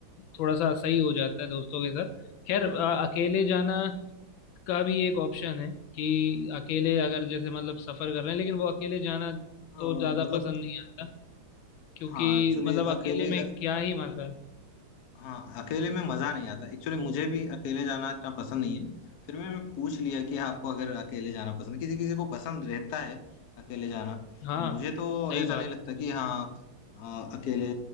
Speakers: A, on the left (about 80°); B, on the left (about 65°).
A: थोड़ा सा सही हो जाता है दोस्तों के साथ खैर अ, अकेले जाना का भी एक ऑप्शन है कि अकेले अगर जैसे मतलब सफर कर रहे हैं लेकिन वो अकेले जाना
B: हाँ
A: तो ज्यादा
B: मतलब
A: पसंद नहीं आता क्योंकि
B: हाँ एक्चुअली
A: मतलब
B: अकेले
A: अकेले में क्या ही मजा है
B: हाँ अकेले में मजा नहीं आता एक्चुअली मुझे भी अकेले जाना इतना पसंद नहीं है फिर मैं मैं पूछ लिया कि आपको अगर अकेले जाना पसंद किसी किसी को पसंद रहता है अकेले जाना
A: हाँ
B: तो मुझे तो
A: सही
B: ऐसा
A: बात
B: नहीं लगता कि हाँ अ, अकेले